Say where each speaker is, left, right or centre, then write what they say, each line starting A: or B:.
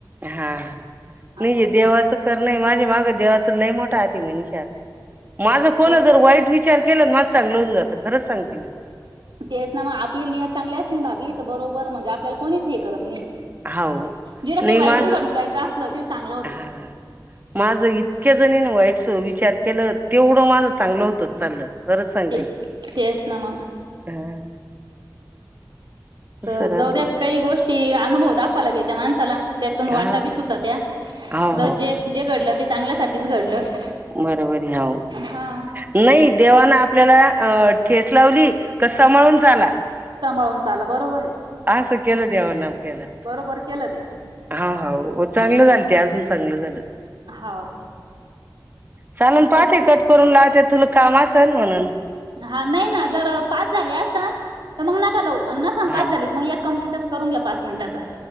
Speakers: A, on the right; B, on the right.
A: हा नाहीे
B: असं
A: देवाचं कर नाही माझे मागं देवाचं लय मोठ साधी मनीषा माझं कोण
B: ते
A: जर वाईट विचार केलं मग चांगलं होऊन जात खंरच सांगते मी तुला
B: तेच ना मग आपली नियत चांगली असली ना भाभी बरो बरं म्हणजे आपल्याला कोणीच हे करत नाही
A: हाव
B: जिडं
A: नाही
B: काही वाईट
A: माझ
B: बी काढून जायचं असलं तरी चांगलं होतं
A: हा माझ इतकेच <unintelligible> केलं तेवढं माझं चांगलं होतं. चाललं. खरंच सांगते
B: ते तेच ना मग
A: हा तस
B: तर
A: राहत
B: जाऊद्यात काही गोष्टी अनुभव दाखव त्या माणसाला त्यातून वाटा
A: हा
B: बी सुटत्या
A: हाव
B: जे जे घडलं ते चांगल्यासाठी तेच घडलं <inaudible>
A: बरोबरी हो
B: हा
A: नाही देवाना आपल्याला आ ठेच लावली का? सांभळून चाला
B: सांभळून चाला बरोबर आहे
A: असं केलं देवा ना आपल्याला
B: बरोबर केलं ते
A: हाव हाव हो चांगलं झालं ते अजून चांगलं झालं.
B: हाव
A: चालेल पाहाटे
B: पर
A: कट करून लावते. ते तुला काम असेल म्हणून
B: हा नाही ना जर पाच झाले असल तर मग नका लाऊ अण् नसलं
A: हा
B: पाच झालेत मग एक कंप्लीटच करून घ्या पाच मिनिटाचा